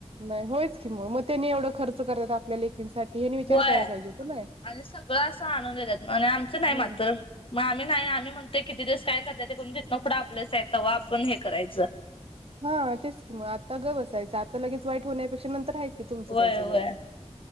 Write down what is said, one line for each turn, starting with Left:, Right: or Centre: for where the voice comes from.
Right: बाय. होयच की मग, मग त्यांनी एवढं खर्च करायचा आपल्याला लेक ह्यांनी विचार
Left: होय
Right: करायला पाहिजे. कुणी
Left: आणि सगळं असं आणून देतात आणि आमच नाही
Right: हम्म
Left: मात्र, मग आम्ही नाही आम्ही म्हणतोय किती दिवस काय करत्यात करून दे तीथनं पुढं आपलंच आहेे, तवा आपण हे करायचं.
Right: हा तेच की मग, आता गप्पं बसायचं. आता लगेच वाईट होण्यापेक्षा नंतर हायच की तुमचंच
Left: होय,
Right: आहे सगळं
Left: होय